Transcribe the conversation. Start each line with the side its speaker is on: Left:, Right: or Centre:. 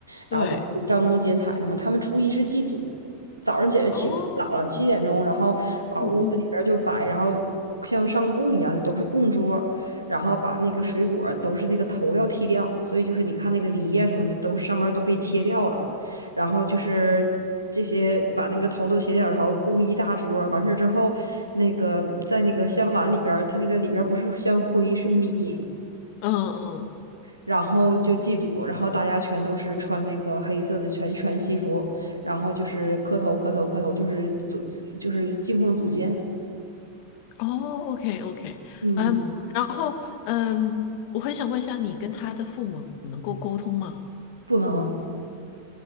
Left: 对，
Right: 然后都是张灯结彩的嘛。他们初一是祭祖，早上起来起可早了，
Left: 哦，
Right: 七点钟，然后把屋子里边儿就摆，
Left: 嗯嗯
Right: 然后像上供一样，就都是供桌儿然后把那个水果儿都是那个头要剃掉，所以就是你看那个梨呀、什么的，都是上面儿都被切掉了，然后就是。这些把那个头都切掉，然后供一大桌儿完事儿之后，那个在那个香碗里边儿，它那个里边儿不是香灰，是米，
Left: 嗯嗯，
Right: 然后就祭祖，然后大家全都是穿那个黑色的全全西服，然后就是磕头磕头磕头，就是祖就是敬奉祖先，
Left: 哦，OK OK，
Right: 嗯，
Left: 嗯，然后嗯，我很想问一下，你跟他的父母能够沟通吗？
Right: 不能，